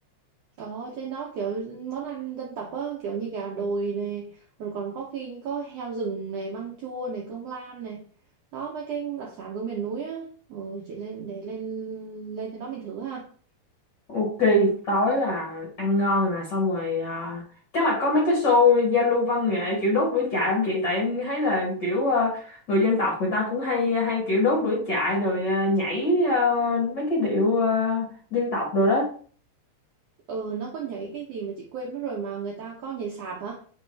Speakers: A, on the right; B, on the left.
A: Ở trên đó kiểu món ăn dân tộc á, kiểu như gà đồi này, rồi còn có khi có heo rừng này, măng chua này, cơm lam này. Đó mấy cái đặc sản của miền núi á. Ừ, chị lên để lên lên trên đó mình thử ha.
B: Ok, tối là ăn ngon rồi nè, xong rồi à, chắc là có mấy cái show giao lưu văn nghệ kiểu đốt lửa trại không chị? Tại em thấy là kiểu à, người dân tộc người ta cũng hay hay kiểu đốt lửa trại rồi à, nhảy à, mấy cái điệu à, dân tộc rồi đó.
A: ừ nó có nhảy cái gì mà chị quên mất rồi mà người ta có nhảy sạp hả